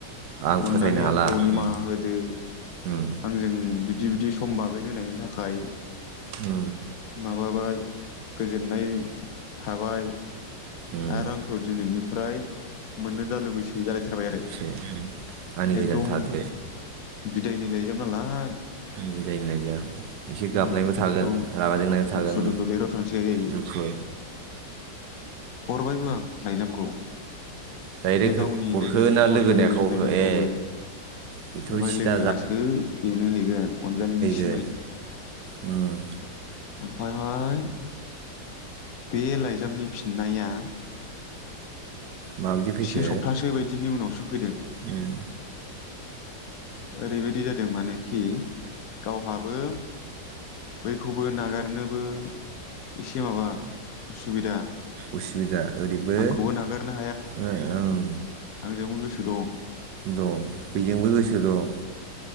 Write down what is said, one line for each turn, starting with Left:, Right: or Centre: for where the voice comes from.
Right: आं
Left: अननानै
Right: फोथायनो हाला
Left: आंखौ निमाहा
Right: उम
Left: होदो
Right: उम
Left: आंजों बिदि बिदि समबाब मेन्ट होनायनि थाखाय।
Right: उ
Left: माबाबाय गोजोननाय थाबाय।
Right: उम
Left: रांखौ दिनैनि फ्राय मोननो दालुगैसै जालायथा थारबाय आरो
Right: एसे आंनि गोजान
Left: एकदम
Right: थादो
Left: बिदायनि लाइजाम नालाय
Right: बिदायनो एसे गाबनायबो
Left: उम
Right: थागोन
Left: एकदम
Right: रागा जोंनायबो थागोन
Left: दुखु दुखु लिरहरथारसै
Right: दुखु।
Left: हरबायबो आं लाइजामखौ।
Right: डाइरेक्ट
Left: बे गावनि
Right: हरखो
Left: लोगोनोसो
Right: ना
Left: हरगोन
Right: लोगोनि आखायाव हरखो
Left: लाइजामखौबो
Right: ए बेथ'
Left: ओमफाय
Right: सिदा
Left: लोगोआसो बेनो हैगोन अनजालिनि सि
Right: ए उम।
Left: ओमफायहाय बे लाइजामनि फिननाया
Right: माबायदि फैखो
Left: से सप्तासो बायदिनि उनावसो फैदों।
Right: उम
Left: ओरैबायदि जादों मानोखि गावहाबो बैयखौबो नागारनोबो एसे माबा उसुबिदा।
Right: उसुबिदा ओरैबो
Left: आंखौबो नागारनो
Right: ओ ओं।
Left: जोंबो गोसो दं।
Right: दं बेजोंबो गोसो दं।